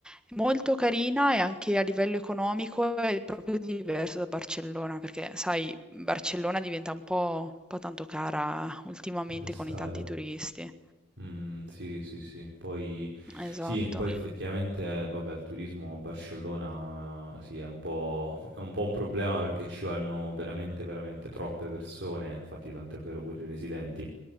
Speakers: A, in the centre; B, on the right.
A: è molto carina e anche a livello economico è proprio diverso da Barcellona, perché sai, Barcellona diventa un po', un po' tanto cara ultimamente
B: D'estate.
A: con i tanti turisti.
B: Mh, sì, sì, sì. Poi
A: Esatto.
B: sì, poi effettivamente, vabbè, il turismo a Barcellona sì, è un po' è un po' un problema perché ci vanno veramente, veramente troppe persone, infatti tant'è vero pure i residenti